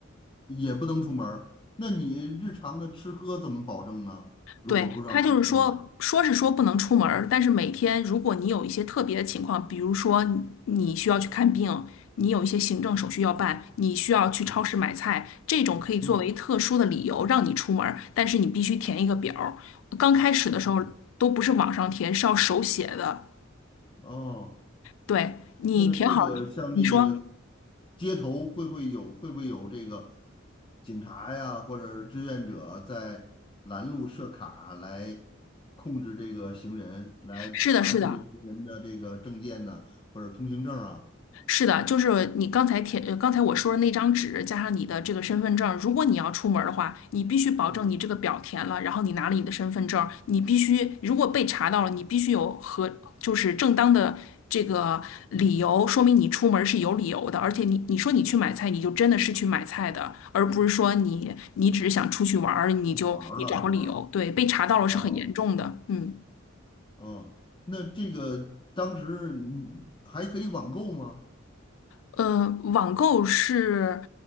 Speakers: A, on the left; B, on the left.
A: 也不能出门儿。那你日常的吃喝怎么保证呢？如果不让出门儿的话，
B: 对，他就是说，说是说不能出门儿但是每天如果你有一些特别的情况，比如说你你需要去看病，你有一些行政手续要办，你需要去超市买菜，
A: 嗯
B: 这种可以作为特殊的理由让你出门儿但是你必须填一个表儿刚开始的时候都不是网上填，
A: 嗯，哦
B: 是要手写的。
A: 哦。
B: 对，你填好，
A: 那这个像那个
B: 你说
A: 街头会不会有会不会有这个警察呀，或者是志愿者在拦路设卡来控制这个行人，来查这个行人的这个证件呢，
B: 是的，是的。
A: 或者通行证啊？
B: 是的，就是你刚才填，呃刚才我说的那张纸，加上你的这个身份证，
A: 嗯
B: 如果你要出门儿的话，你必须保证你这个表填了，
A: 嗯，
B: 然后你拿了你的身份证，你必须如果被查到了，你必须有和就是正当的这个理由，说明你出门儿是有理由的，而且你你说你去买菜，你就真的是去买菜的，而不是说你你只是想出去玩儿，你就你找个理由，
A: 出去玩儿了是吧？
B: 对，被查到了是很严重的，
A: 哦
B: 嗯。
A: 哦，那这个当时你还可以网购吗？
B: 呃，网购是